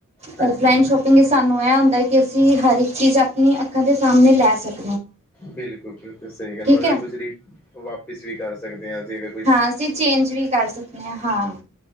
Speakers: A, in the centre; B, on the right (about 30°).
A: ਹਾਂਜੀ
B: ਔਫਲਾਈਨ ਸ਼ੋਪਿੰਗ ਸਾਨੂੰ ਇਹ ਹੁੰਦਾ ਕਿ ਅਸੀਂ ਹਰ ਇੱਕ ਚੀਜ਼ ਆਪਣੀ ਅੱਖਾਂ ਦੇ ਸਾਹਮਣੇ ਲੈ ਸਕ
A: ਬਿਲਕੁਲ ਬਿਲਕੁਲ ਸਹੀ ਗੱਲ ਮਤਲਬ
B: ਹੈ
A: ਕੁਝ ਵਾਪਿਸ ਵੀ ਕਰ ਸਕਦੇ ਹਾਂ ਅਸੀਂ ਅ
B: ਹਾਂ ਅਸੀਂ ਚੇਂਜ ਵੀ ਕਰ ਸਕਦੇ ਹਾਂ ਹਾਂ